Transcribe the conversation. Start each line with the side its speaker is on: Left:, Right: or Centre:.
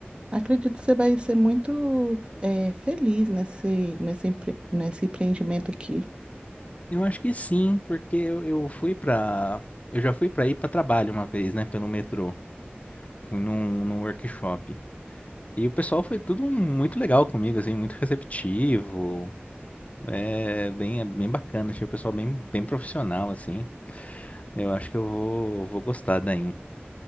Right: Acredito que você vai ser muito eh, feliz nesse, nesse, empre- nesse empreendimento aqui.
Left: Eu acho que sim, porque eu, eu fui para, eu já fui para ir para trabalho uma vez, né? Pelo metrô, fui num, num workshop. E o pessoal foi tudo muito legal comigo, assim, muito receptivo. É bem, é bem bacana, achei o pessoal bem, bem profissional, assim. Eu acho que eu vou, vou gostar daí.